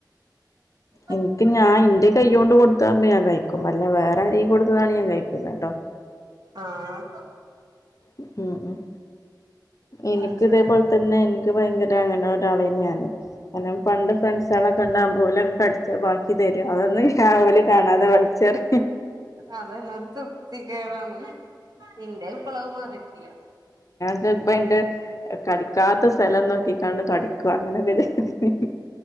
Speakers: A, on the right; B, on the left.
A: ആ
B: എനിക്ക് ഞാൻ ന്റെ കൈയോണ്ട് കൊടുത്താകുമ്പോ ഞാൻ കഴിക്കും അല്ല വേറെ ആരെയും കൊടുത്തതാണെ ഞാൻ കഴിക്കൂലട്ടോ
A: ആഹ്
B: ഉം ഉം എനിക്ക്
A: അത് ശരി
B: ഇതേപോലെ തന്നെ എനിക്ക് ഭയങ്കര അങ്ങനെ ഒരാളെനി ഞാന് കാരണം പണ്ട് ഫ്രണ്ട്സ് ളൊക്കെ ണ്ടാവുമ്പം ഓല് കടിച്ച ബാക്കി തരും അതെന്നെ ഞാൻ ഓല് കാണാതെ വലിച്ചെറി
A: അതന്നൊരു തൃപ്തിക്കേടാണ് ഇന്റെ ഇപ്പളും അത് മാറിട്ടില്ല
B: ൻ്റെ പ്പ അതിന്റെ കട്ക്കാത്ത സ്ഥലം നോക്കിക്കാണ്ട് കട്ക്ക അങ്ങനെയൊക്കെ ഇ